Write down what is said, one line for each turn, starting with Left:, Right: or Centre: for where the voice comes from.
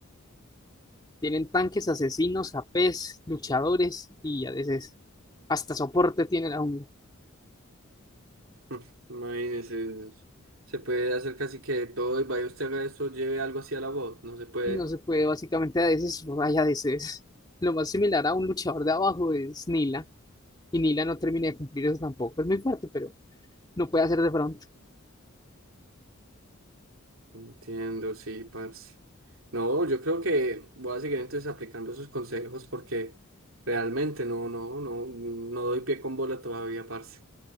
Left: Tienen tanques, asesinos, APs, luchadores y a veces hasta soporte tiene la jungla.
Right: <laughs> Mm, Imagínese, es- se puede hacer casi que de todo y vaya usted haga eso, lleve algo así a la voz, no se puede.
Left: No se puede básicamente a veces, no hay a veces. Lo más similar a un luchador de abajo es Nila Y Nila no termina de cumplir eso tampoco. Es muy fuerte, pero no puede hacer de front.
Right: Entiendo, sí, parce. No, yo creo que voy a seguir entonces aplicando esos consejos porque realmente no, no, no, no doy pie con bola todavía, parce.